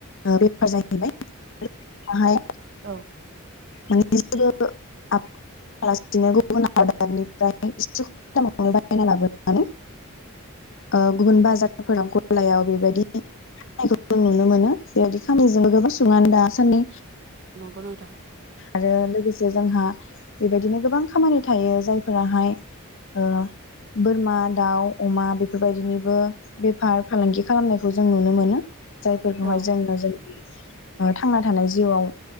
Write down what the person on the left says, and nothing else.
ओ बे जाहैबाय <unintelligible> हाय
माने बिसोरो <unintelligible> गुबुन हादोरनिफ्राय इसे खमावनो बायना लाबोनानै ओ गुबुन बाजारफोराव लायाव बेबायदि <unintelligible> नुनो मोनो बेबायदि खामानिजोंबो गोबां सुबुंङानो दासान्दि
आरो लोगोसे जोंहा बेबायदिनो गोबां खामानि थायो जायफोराहाय ओ बोरमा दाउ अमा बेफोरबायदिनिबो बेफार फालांगि खालामनायखौ जों नुनो मोनो। जायफोरखौहाय
जोनो जोंनि ओ थांना थानाय जिउआव